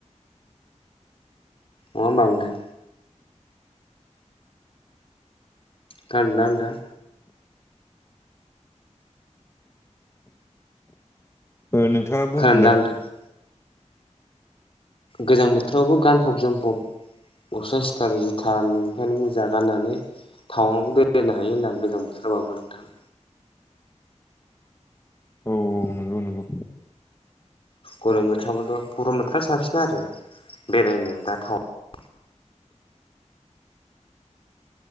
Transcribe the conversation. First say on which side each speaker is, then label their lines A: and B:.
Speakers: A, on the left; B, on the left.
A: नङा होनबा नोंथां खोनादों ना नोंथां
B: नोंथाङा बुंफिनलाय
A: खोनादोंदा नोंथां गोजां बोथोरावबो गानफब जोमफब अस सिथार जुथा लंपेन मुजा गाननानै टावांआवबो बेरायनो हायो होननानै गोजां बोथोरबाबो नोंथां
B: औ औ नंगौ नंगौ
A: गरम बोथोरावथ गरम बोथोरा साबसिन आरो बेरायनो दा थाउन